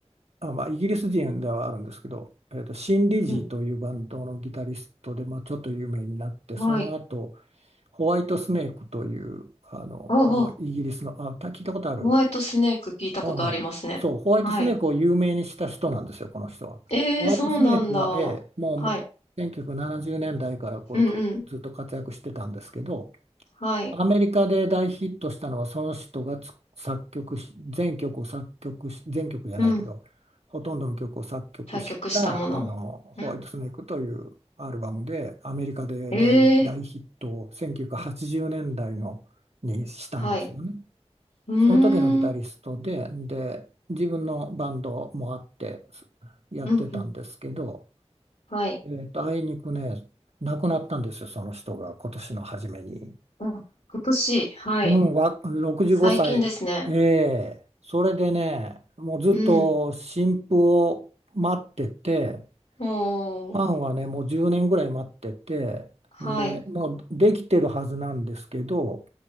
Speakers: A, on the right; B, on the left.
A: あ、まあ、イギリス人ではあるんですけど、えーと、シン・リジーというバンドのギタリストで、
B: うん、
A: まあ、ちょっと有名になって、
B: はい。
A: その後、ホワイトスネークという、あの、
B: おあ、
A: これもイギリスの、
B: お
A: あ、た聞いたことある
B: ホワイトスネーク聞いたことありますね。
A: うんうん。そう、ホワイトスネークを有名にした人なんですよ、
B: はい。
A: この人は。
B: ええそうなんだ。
A: ホワイトスネークは、
B: は
A: ええ、もうもう1970年代からこうずっと活躍してたんですけど、
B: い。うんうん。はい。
A: アメリカで大ヒットしたのはその人がつ作曲し全曲を作曲し全曲じゃないけどほとんどの曲を作曲したあのホワイトスネークというアルバムでアメリカで大、
B: うん。作曲したもの。うん。ええ
A: 大ヒットを1980年代のにしたんですよね。
B: はい。うーん。
A: その時のギタリストで、で自分のバンドもあってすやってたんですけど、
B: うんうん。はい。
A: えーと、あいにくね亡くなったんですよその人が今年の初めに。
B: あ、今年、はい。
A: うん、わ、65歳。
B: 最近ですね。
A: ええ、それでね、もうずっと新婦を待ってて、
B: うん。もう、
A: ファンはね、もう10年ぐらい待ってて、
B: はい。
A: で、もうできてるはずなんですけど、